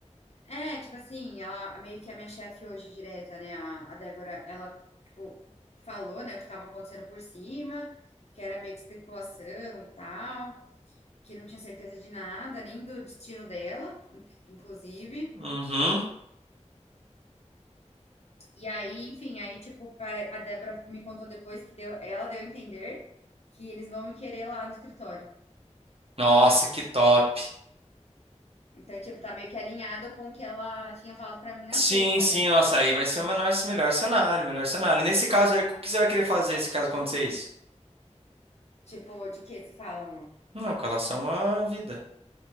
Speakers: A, on the left (about 60°); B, on the right (about 55°).
A: É, tipo assim, ela meio que é minha chefe hoje direta, né? A, a Débora, ela, tipo, falou, né, o que tava acontecendo por cima, que era meio que especulação e tal, que não tinha certeza de nada, nem do destino dela, in- inclusive.
B: Uhum.
A: E aí, enfim, aí, tipo, pare- a Débora me contou depois que deu, ela deu a entender que eles vão me querer lá no escritório.
B: Nossa, que top.
A: Então, tipo, tá meio que alinhado com o que ela tinha falado pra mim na
B: Sim,
A: sexta,
B: sim,
A: né?
B: nossa, aí vai ser o menor, melhor cenário, melhor cenário. E Nesse caso aí, o que você vai querer fazer se caso acontecer isso?
A: Tipo, de que se fala,
B: Não, com relação à vida.